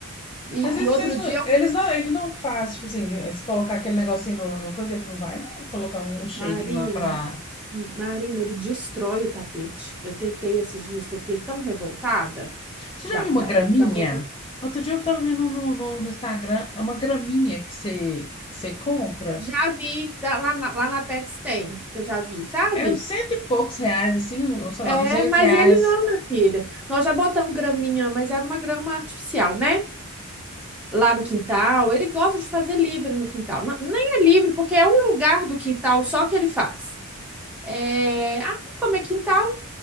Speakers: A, in the centre; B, on the left (about 25°).
A: E,
B: Mas esses-
A: e outro
B: esses não-
A: dia
B: eles não, ele não faz, tipo assim, eh, se colocar aquele negocinho no, no coisa, ele não vai, não, colocar um, um cheirinho
A: Marina,
B: lá pra.
A: Marina, ele destrói o tapete. Eu tentei esses dias que eu fiquei tão revoltada
B: Você
A: da,
B: já viu
A: da,
B: uma graminha?
A: do- da confusão.
B: Outro dia eu tava vendo no, no, no Instagram, é uma graminha que você, que você compra.
A: Já vi tá, lá na, lá na Pets tem, que eu já vi, sabe?
B: É uns cento e poucos reais, assim, ou sei
A: É,
B: lá, duzentos
A: mas
B: reais.
A: ele não, minha filha. Nós já botamos graminha, mas era uma grama artificial, né? Lá no quintal. Ele gosta de fazer livre no quintal. N- Nem é livre, porque é um lugar do quintal só que ele faz. É, ah, como é quintal,